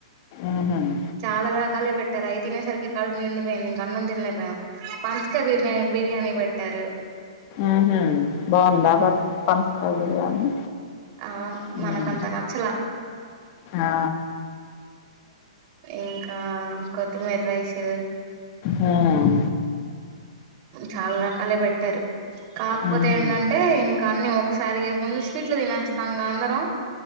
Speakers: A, on the left; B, on the right.
A: ఊహూ హ్మ్
B: చాలా రకాలే పెట్టారు అయి తినేసరికి కడుపు నిండు పోయింది ఇంక అన్నం తినలేపోయా పంచక బిర్యా బిర్యానీ పెట్టారు
A: ఊహూ బావుందా పస్ పనసకాయ బిర్యానీ?
B: ఆ
A: హ్మ్
B: మనకంత నచ్చలా
A: ఆ!
B: ఇంకా అ కొత్తిమీరైస్ తో
A: హ్మ్
B: చాలా రకాల పెట్ట పెట్టారు కాకపోతే
A: ఊహూ
B: ఏందంటే ఇంకా అన్నీ ఒకసారిగా గన్స్ స్వీట్లు తినేస్తా అందరం